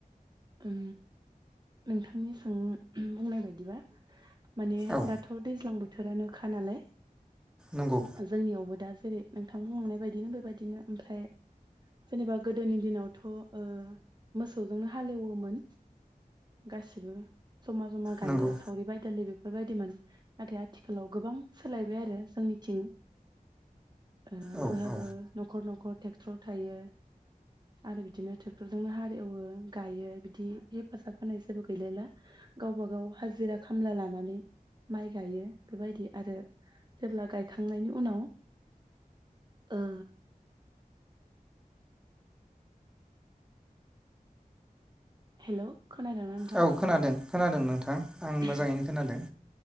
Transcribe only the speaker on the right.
ओं नोंथांनि सों बुंनाय बायदिबा माने
दाथ दैज्लां बो थोरानोखा नालाय
जोंनियावबो दास जेरै नोंथां बुंलांनाय बायदिनो बेबायदिनो ओमफ्राय जेनेबा गोदोनि दिनावथ' ओ मोसौजोंनो ह हालेवोमोन गासिबो जमा जमा गायो
सावरि बाय दालि बे बेफोरबायदिमोन नाथाय आथिखालाव गोबां सोलायबाय आरो जोंनिथिं। ओ
बयहाबो
न'खर न'खर ट्रेक्टर थायो आरो बिदिनो ट्रेक्टरजोंनो हाल एवो। गायो बिदि हेफाजाब होनाय जेबो गैलायला गावबा गाव हाजिरा खामला लानानै माइ गायो बेबायदि आरो जेब्ला गायखांनायनि उनाव ओ हेलौ खोनादोंना नोंथां?
औ